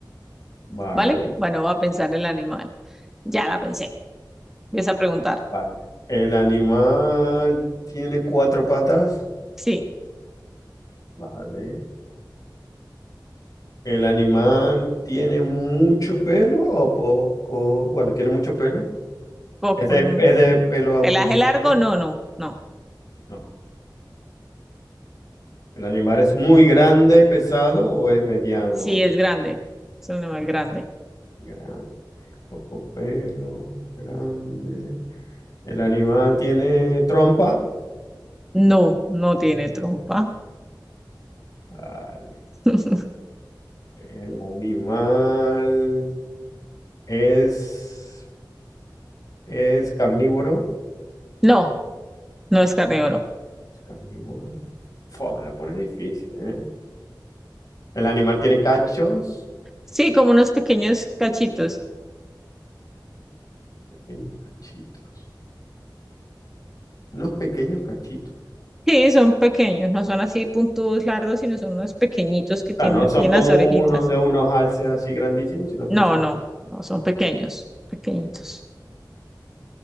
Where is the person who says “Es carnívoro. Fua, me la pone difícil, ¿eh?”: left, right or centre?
Left